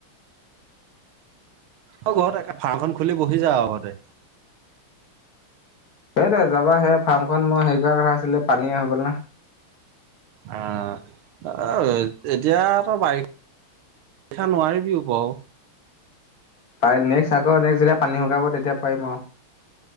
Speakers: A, on the right; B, on the left.
A: অ ঘৰতে একে ফাৰ্মখন খুলি বহি যা আও ঘৰতে।
B: এইটোৱ যাবা হে, ফাৰ্মখন মই হেৰি কৰা কথা আছিলে। পানীয়ে হৈ গ'ল না।
A: অ, অ এতিয়া ত বাৰি ষা নোৱাৰিবিও বাও
B: পাই নেক্স আকৌ নেক্স যেতিয়া পানী শুকাব তেতিয়া পাৰিম আৰু